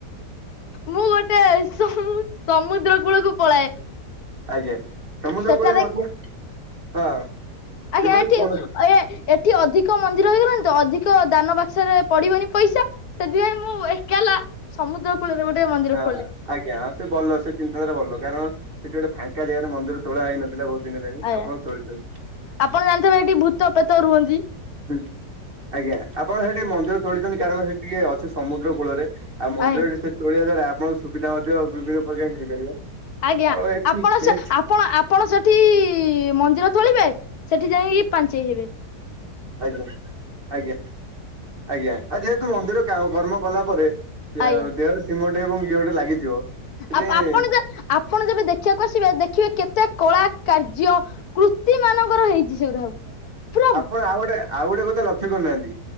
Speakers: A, on the left; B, on the right.
A: ମୁଁ ଗୋଟେ ସମ ସମୁଦ୍ର କୂଳକୁ ପଳାଏ
B: ଆଜ୍ଞା ସମୁଦ୍ର
A: ସେଠାରେ
B: କୂଳ ମଧ୍ୟ ହଁ ଯେପରି
A: ଆଜ୍ଞା ଏଠି
B: କଣ
A: ଏ ଏଠି ଅଧିକ ମନ୍ଦିର ହେଇଗଲାଣି ତ ଅଧିକ ଦାନ ବାକ୍ସରେ ପଡିବନି ପଇସା ସେଥିପାଇଁ ମୁଁ ଏକାଲା ସମୁଦ୍ର କୋଳରେ ଗୋଟେ ମନ୍ଦିର
B: ହଁ
A: ଖୋଳି
B: ଆଜ୍ଞା ସେ ଭଲ ସେ ଚିନ୍ତାଧାରା ଭଲ କାରଣ ସେଠି ଗୋଟେ ଫାଙ୍କା ଜାଗା ରେ ମନ୍ଦିରେ ତୋଳା ହେଇନଥିଲା। ବହୁ ଦିନ ହେଲେଣି
A: ଆଜ୍ଞା
B: ଆପଣ ତୋଳିଦିଅନ୍ତି।
A: ଆପଣ ଜାଣିଥିବେ ଏଠି ଭୂତ ପେତ ରୁହନ୍ତି।
B: ହୁଁ ଆଜ୍ଞା ଆପଣ ସେଠି ମନ୍ଦିର ତୋଳିଛନ୍ତି କାରଣ ସେ ଟିକେ ଅଛି ସମୁଦ୍ର କୂଳରେ ଆଉ ମନ୍ଦିର
A: ଆଜ୍ଞା
B: ସେ ତୋଳିବା ଦ୍ଵାରା ଆପଣଙ୍କୁ ସୁବିଧା ମଧ୍ୟ ବିଭିନ୍ନ ପ୍ରକାର ମିଳିପାରିବ।
A: ଆଜ୍ଞା
B: ଆଉ ଏଠି
A: ଆପଣ ସେ
B: ଏଠି
A: ଆପ ଆପଣ ଆପଣ ସେଠି ମନ୍ଦିର ତୋଳିବେ ସେଠି ଯାଇକି ପାଞ୍ଚେଇ ହେବେ?
B: ଆଜ୍ଞା ଆଜ୍ଞା। ଆଜ୍ଞା ଆଉ ଯେହେତୁ ମନ୍ଦିରରେ କା କର୍ମ କଲା ପରେ
A: ଆଜ୍ଞା
B: ଦେହରେ ସିମୋ ଟେ ଏବଂ ଇଅ ଗୋଟେ ଲାଗିଥିବ। ସେଥିପାଇଁ
A: ଆପ ଆପଣ ଆପଣ ଯେବେ ଦେଖିବାକୁ ଆସିବେ ଦେଖିବେ କେତେ କଳା କାର୍ଯ୍ୟ କୃ ତି ମାନଙ୍କର ହେଇଛି ସେଗୁରା ସବୁ ପୁରା
B: ସୁଣ ଆଉ ଗୋଟେ। ଆଉ ଗୋଟେ କଥା ଲକ୍ଷ୍ୟ କରିନାହାନ୍ତି